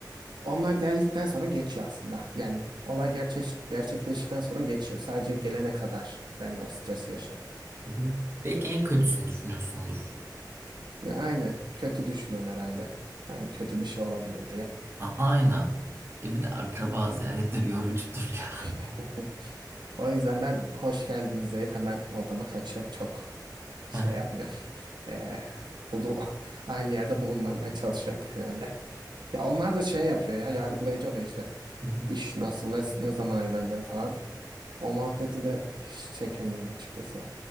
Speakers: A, on the right; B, on the right.
A: onlar geldikten sonra geçiyor aslında. Yani olay gerçeş gerçekleştikten sonra geçiyor. Sadece gelene kadar ben o stresi yaşarım.
B: Hı hı. Belki en kötüsünü düşünüyorsundur.
A: Ya aynen. Kötü düşünüyorum herhalde. Hani kötü bir şey olabilir diye.
B: A- aynen. E bir de akraba ziyaretleri yorucudur ya.
A: <laughs> O yüzden ben hoş geldiniz deyip hemen odama kaçıyorum. Çok
B: <laughs>
A: şey yapmıyorum. <laughs> Eee bulu <laughs> aynı yerde bulunmamaya çalışıyorum genelde. Ya onlar da şey yapıyor ya yargılayıcı oluyor işte.
B: Hı hı.
A: İş nasıl ne, ne zaman evleneceğim falan. O muhabbeti de hiç çekemiyorum açıkçası.